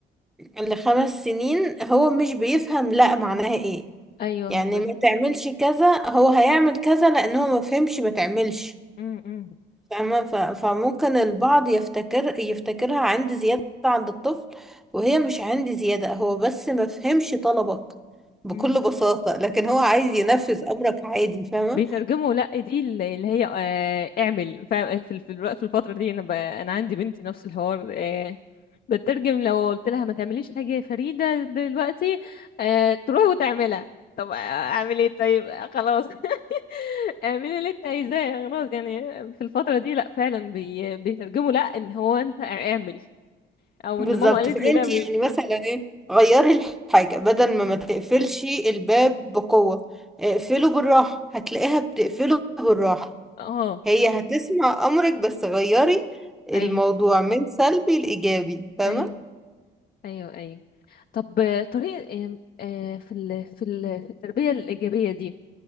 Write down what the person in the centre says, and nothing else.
لخمس سنين هو مش بيفهم لا معناها ايه
يعني
ما تعملش كذا هو هيعمل كذا لان هو ما فهمش ما تعملش
فاهمة ف- فممكن البعض يفتكر يفتكرها عند زيادة عند الطفل وهي مش عند زيادة هو بس ما فهمش طلبك بكل
بساطة لكن هو عايز
ينفذ امرك عادي فاهمة
بالظبط
فانتي
يعني مثلا ايه غيري الحاجة بدل ما ما تقفلش الباب بقوة اقفله بالراحة هتلاقيها بتقفله بالراحة
هي هتسمع امرك بس غيري الموضوع
من سلبي لايجابي فاهمه